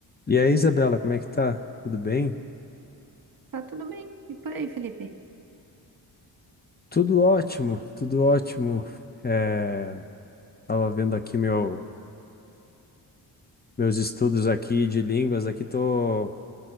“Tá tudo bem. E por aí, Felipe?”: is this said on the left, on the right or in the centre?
Right